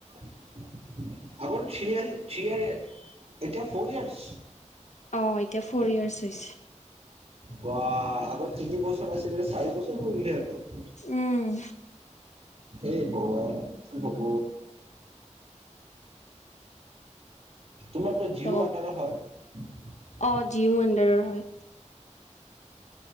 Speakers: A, on the right; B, on the left.
A: আগতে থ্ৰী ইয়াৰ্ছ থ্ৰী ইয়াৰ এতিয়া ফৰ ইয়াৰ্ছ।
B: অ' এতিয়া ফ'ৰ ইয়াৰ্চ হৈছে।
A: বাহ আগত তিনি বছৰ আছিলে এতিয়া চাৰি বছৰ কৰি দিলে ইহঁতে।
B: উম'
A: এ ভগৱান কি হব। তোমাৰতো জিউ
B: ত'
A: আণ্ডাৰৰ হয়।
B: অ', জিও আডাৰৰ হয়।